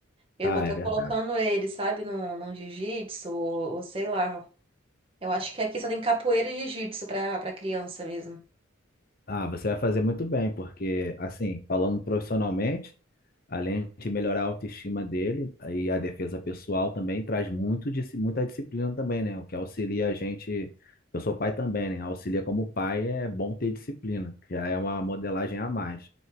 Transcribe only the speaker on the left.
Ah,
é verdade.
Ah, você vai fazer muito bem, porque, assim, falando profissionalmente, além de melhorar a autoestima dele e a defesa pessoal também, traz muito, disci- muita disciplina também, né? O que auxilia a gente. Eu sou pai também, né? Auxilia como pai é bom ter disciplina, que já é uma modelagem a mais.